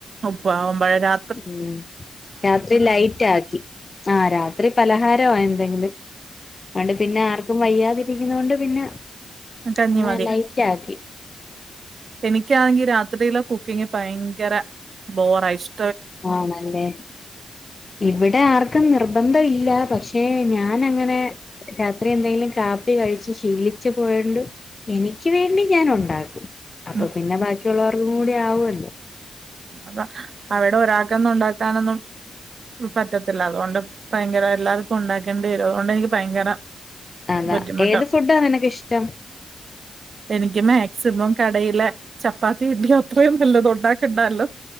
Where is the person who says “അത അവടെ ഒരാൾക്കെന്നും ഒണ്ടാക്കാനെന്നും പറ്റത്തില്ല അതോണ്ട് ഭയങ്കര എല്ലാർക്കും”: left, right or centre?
Right